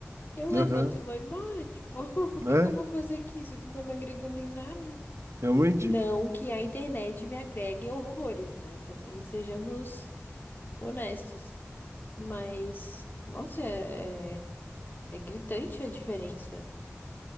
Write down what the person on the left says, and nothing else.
Eu levanto
e vou embora, tipo, <laughs> o
que que eu vou fazer aqui? Isso aqui não tá me agregando em nada.
Não que a internet me agregue horrores, né? Também sejamos honestos. Mas, nossa, é, é, é gritante a diferença.